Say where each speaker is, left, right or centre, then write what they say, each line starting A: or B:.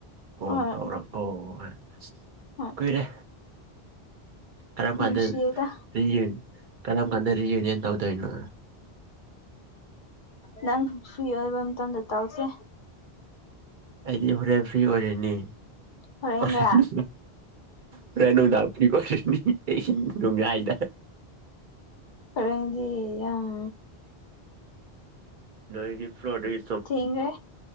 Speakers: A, on the right; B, on the left.
A: ꯀꯣꯜ
B: ꯍꯣꯏ
A: ꯇꯧꯔꯛ ꯑꯣ ꯑꯁ
B: ꯍꯣꯏ
A: ꯀꯨꯏꯔꯦ ꯀꯔꯝ
B: ꯅꯨꯡꯁꯤꯌꯦꯗ
A: ꯀꯥꯟꯗ <unintelligible> ꯀꯔꯝ ꯀꯥꯟꯗ ꯔꯤꯌꯨꯅꯤꯌꯟ ꯇꯧꯗꯣꯏꯅꯣ
B: ꯅꯪ ꯁꯨꯏ ꯑꯣꯏꯕ ꯃꯇꯝꯗ ꯇꯧꯁꯦ
A: ꯑꯩꯗꯤ ꯍꯣꯔꯦꯟ ꯐ꯭ꯔꯤ ꯑꯣꯏꯔꯦꯅꯤ
B: ꯍꯣꯔꯦꯟꯔ
A: ꯍꯣꯔꯦꯟ ꯍꯣꯔꯦꯟ ꯅꯨꯡꯗꯥ ꯐꯔꯤ ꯑꯣꯏꯔꯅꯤ ꯑꯍꯤꯡ ꯅꯣꯡꯌꯥꯏꯗ
B: ꯍꯣꯔꯦꯟꯗꯤ ꯌꯥꯝ
A: ꯅꯣꯏꯒꯤ ꯐ꯭ꯔꯣꯗꯩ
B: ꯊꯦꯡꯉꯦ